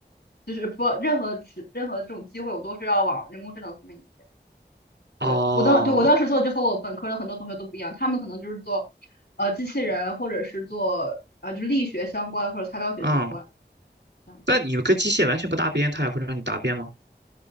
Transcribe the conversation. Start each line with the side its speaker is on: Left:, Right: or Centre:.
Left: 就是不任何是任何这种机会，我都是要往人工智能方面去
Right: <laughs>
Left: 对，
Right: 哦，
Left: 我当对我当时做就和我本科的很多同学都不一样，他们可能就是做呃机器人或者是做呃就力学相关或者材料学相关
Right: 嗯，
Left: 这样子。
Right: 但你们跟机械完全不搭边，它也会让你答辩吗？